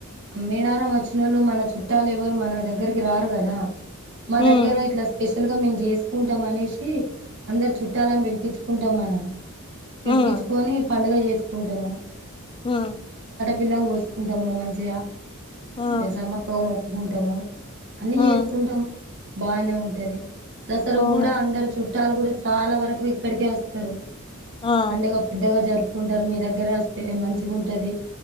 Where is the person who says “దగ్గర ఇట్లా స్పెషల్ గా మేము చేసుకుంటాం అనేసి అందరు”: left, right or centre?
Right